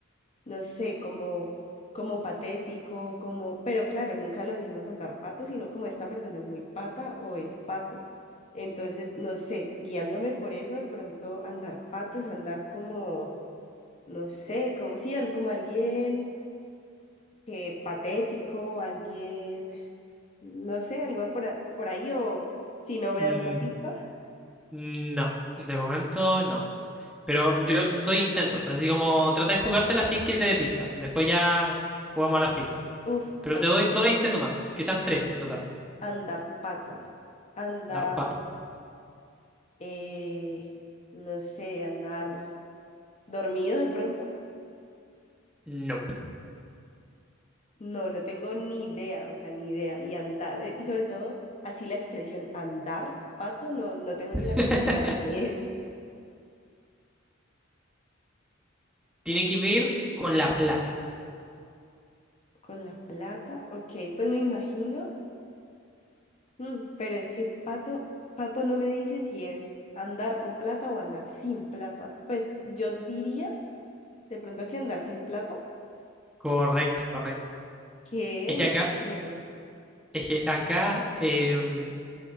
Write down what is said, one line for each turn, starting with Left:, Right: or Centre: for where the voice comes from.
Left: no sé, como, como patético, como, pero claro, nunca lo decimos andar pato, sino como esta persona es muy pata o es pato. Entonces, no sé, guiándome por eso, de pronto andar pato es andar como, no sé, como si al, como alguien que patético, alguien, no sé, algo por, a- por ahí, o si no me
Centre: Mm,
Left: das una pista,
Centre: no, de momento no. Pero yo doy intentos, así como trata de jugártela sin que te dé pistas. Después ya jugamos a las pistas.
Left: uff,
Centre: Pero
Left: ok,
Centre: te doy dos intentos más, que sean tres en total.
Left: andar pato, andar,
Centre: Dar pato.
Left: eh, no sé, andar. ¿Dormido de pronto?
Centre: No.
Left: No, no tengo ni idea, o sea, ni idea. Y andar, eh, y sobre todo, así la expresión andar, pato, no, no tengo
Centre: <laughs>
Left: ni la menor idea qué es.
Centre: Tiene que ver con la plata.
Left: Con la plata, ok, pues me imagino, mm, pero es que pato, pato no me dice si es andar con plata o andar sin plata. Pues yo diría de pronto que andar sin plata,
Centre: Correcto, correcto.
Left: que
Centre: Es que
Left: no
Centre: acá,
Left: te creo.
Centre: es que acá, em,